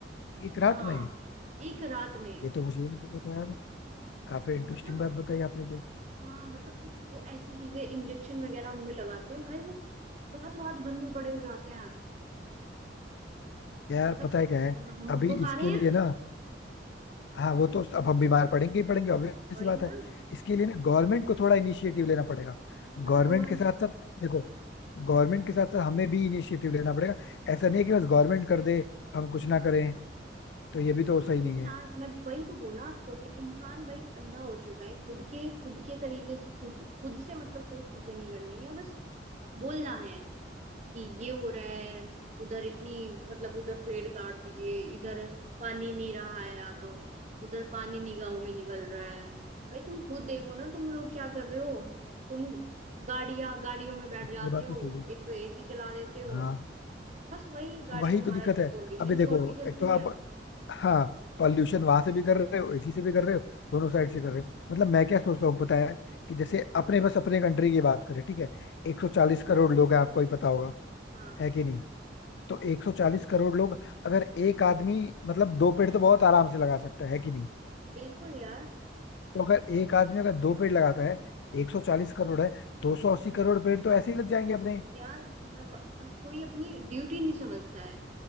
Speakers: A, on the left; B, on the right.
A: एक रात
B: हाँ
A: में
B: एक रात में
A: ये तो मुझे ही नहीं पता था यार काफी इंटरेस्टिंग
B: मतलब
A: बात बताई आपने तो
B: हाँ मतलब कुछ वो ऐसी चीजें इंजेक्शन वगैरह उनमें लगाते हैं भाई वो रात रात भर में बड़े हो जाते हैं
A: यार
B: मतलब
A: पता है क्या
B: और,
A: है
B: और हम उनको
A: अभी
B: खा
A: इसके
B: रहे
A: लिए
B: हैं
A: ना हाँ वो तो अब हम बीमार पड़ेंगे ही पड़ेंगे ऑब्वियस
B: वही
A: सी बात
B: ना
A: है
B: यार
A: इसके लिए ना गवर्नमेंट को थोड़ा इनिशिएटिव लेना पड़ेगा गवर्नमेंट
B: भगवान
A: के साथ साथ देखो गवर्नमेंट के साथ साथ हमें भी इनिशिएटिव लेना पड़ेगा ऐसा नहीं है कि बस गवर्नमेंट कर दे हम कुछ ना करें तो ये भी तो सही
B: इंसान
A: नहीं है
B: मैं वही तो बोला आपको कि इंसान भाई अंधा हो चुका है खुद के खुद के तरीके से खुद खुद से मतलब कोई चीजें नहीं करनी है बस बोलना है कि ये हो रहा है उधर इतनी मतलब उधर पेड़ काट दिए इधर पानी नहीं रहा है अब उधर पानी नहीं गाँव में निकल रहा है भाई तुम खुद देखो ना तुम लोग क्या कर रहे हो तुम गाड़ियां गाड़ियों में बैठ जाते
A: ये बात
B: हो
A: तो सही है
B: एक तो एसी चला देते हो
A: हाँ
B: बस वही गाड़ी
A: वही
B: तुम्हारा
A: तो दिक्कत
B: इतना
A: है
B: पोल्यूशन
A: अभी देखो
B: छोड़ती चलती
A: एक तो
B: है
A: आप हाँ पॉल्यूशन वहां से भी कर रहे हो इसी से भी कर रहे हो दोनों साइड से कर रहे हो मतलब मैं क्या सोचता हूँ पता है कि जैसे अपने बस अपने कंट्री की बात करें ठीक है 140 करोड़ लोग हैं आपको ही पता होगा
B: हाँ
A: है कि नहीं तो 140 करोड़ लोग अगर एक आदमी मतलब दो पेड़ तो बहुत आराम से लगा सकता है कि नहीं
B: बिल्कुल यार
A: तो अगर एक आदमी अगर दो पेड़ लगाता है 140 करोड़ है 280 करोड़ पेड़ तो ऐसे ही लग जाएंगे अपने
B: यार मैं कोई अपनी ड्यूटी नहीं समझता है